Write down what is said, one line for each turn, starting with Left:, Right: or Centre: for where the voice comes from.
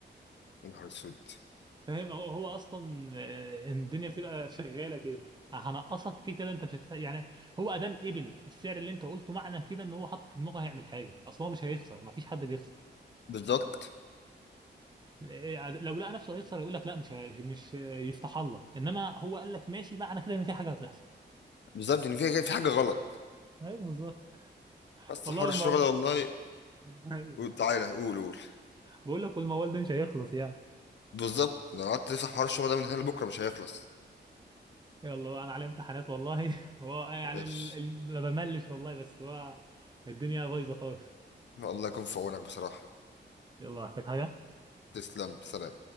Left: يا نهار اسود
Right: فاهم هو هو اصلا آه، الدنيا بتبقى شغاله كده هنقصك كده كده انت مش هتت... يعني هو ادام قبل السعر اللي انت قلته معنى كده ان هو حاطط في دماغه هيعمل حاجه اصل هو مش هيخسر ما فيش حد بيخسر
Left: بالظبط
Right: آه، لو لقى نفسه هيخسر يقول لك لا مش هي... مش آه، يفتح الله انما هو قال لك ماشي معنى كده ان في حاجه هتحصل
Left: بالظبط ان في في حاجه غلط
Right: ايوه بالظبط
Left: بس
Right: والله
Left: حوار
Right: الموال
Left: الشغل ده والله
Right: <laughs> أيوة.
Left: قول- تعالى قول قول
Right: بقول لك والموال ده مش هيخلص يعني
Left: بالظبط لو قعدت تفتح حوار الشغل ده من هنا لبكره مش هيخلص
Right: يلا انا علي امتحانات والله <laughs> هو يعني
Left: ايش
Right: ال- ال- ما بملش والله بس هو الدنيا بايظه خالص
Left: الله يكون في عونك بصراحه
Right: يلا محتاج حاجه
Left: تسلم سلام